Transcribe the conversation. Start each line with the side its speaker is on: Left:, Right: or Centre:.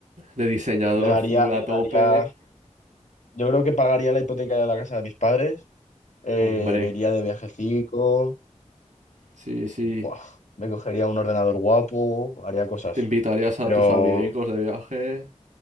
Right: De diseñador
Left: Le daría,
Right: full
Left: le
Right: a tope.
Left: daría Yo creo que pagaría la hipoteca de la casa de mis padres, eh,
Right: Hombre.
Left: me iría de viajecico,
Right: Sí, sí.
Left: buah, me cogería un ordenador guapo, haría cosas.
Right: Te invitarías a
Left: Pero,
Right: tus amiguitos de viaje.